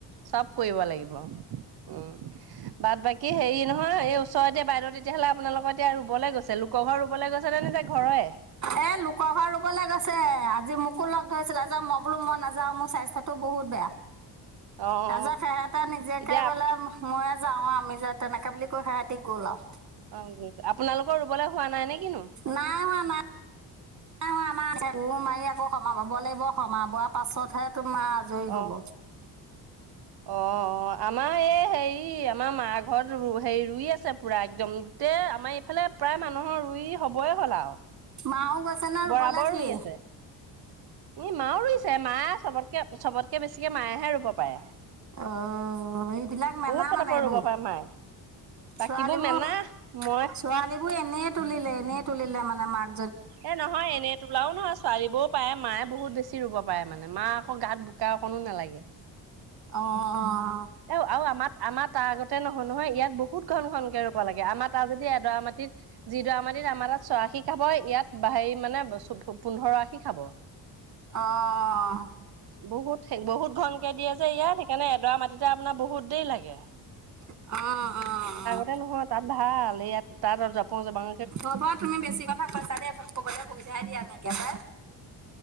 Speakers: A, on the right (about 60°); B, on the right (about 40°).
A: চব কৰিব লাগিব, উম। বাট বাকী হেৰি নহয় এই ওচৰতে এতিয়া বাহিৰৰ তেতিয়াহ'লে আপোনালোকৰ এতিয়া ৰুবলৈ গৈছে লোকৰ ঘৰত ৰুবলৈ গৈছে নে ঘৰৰে
B: এ লোকৰ ঘৰত ৰুবলৈ গৈছে। আজি মোকো লগ ধৰিছিল যে মই বোলো মই নাযাও মোৰ স্বাস্থ্যতো বহুত বেয়া।
A: অ
B: তাজহ
A: অ
B: খেহেতে নিজেকে
A: এতিয়া
B: বোলে মইয়ে যাওঁ আমি যে তেনেকে বুলি কৈ সেহঁতিক গ'ল আও।
A: <unintelligible> আপোনালোকৰ ৰুবলৈ হোৱা নাই নেকি বাৰু?
B: নাই হোৱা নাই নাই হোৱা আমা <unintelligible> গও মাৰি আকৌ সমা বাব লাগিব সমমাবোৱা পাছতহে তোমাৰ আজৰি হব
A: অ', অ, অ, আমাৰ এ হেৰি আমাৰ মা ঘৰত হেৰি ৰুই আছে পুৰা একদম গোটেই আমাৰ এইফালে প্ৰায় মানুহৰ ৰুই হবই হ'ল আৰু
B: মাও গৈছে নে ৰুবলৈ
A: বৰাবৰ
B: কি
A: ৰুই আছে, ই মাও ৰুইছে মা চবতকে-চবতকে বেছি কি মায়েহে ৰুব পাৰে।
B: অ', এইবিলাক মানা
A: বহুত পতাপত
B: মানে এইবোৰ।
A: ৰুব পাৰে মায়ে বাকীবোৰ
B: ছোৱালীবোৰ
A: মেনা মই
B: ছোৱালীবোৰ এনে তুলিলে এনে তুলিলে মানে মাক
A: এ নহয় এনে তোলাও নহয় ছোৱালীবও পায়। মায়ে বহুত বেছি ৰুব পাৰে মানে মা আকৌ গাত বোকা অকণো নালাগে।
B: অহ'
A: এ আৰু আমাৰ আমাৰ তাৰ কতে নহয় নহয় ইয়াত বহুত ঘন ঘন কে ৰুব লাগে আমাৰ তাৰ যদি এডৰা মাটিত। যি যিডৰা মাটিত আমাৰ। ছয় আশী খাব ইয়াত হেৰি মানে পোন্ধৰ আশী খাব।
B: অ'
A: বহুত বহুত ঘনকে দিয়ে যে ইয়াত সেইকাৰণে এডৰা মাটিতে আপোনাৰ বহুত দেৰি লাগে।
B: অহ অহ অহ।
A: তাতে নহয় তাত ভাল ইয়াত তাত জপং জপাং
B: হ'ব তুমি বেছি কথা কৈছা দেই মোক ক'বলৈ সুবিধাই দিয়া নাই একেবাই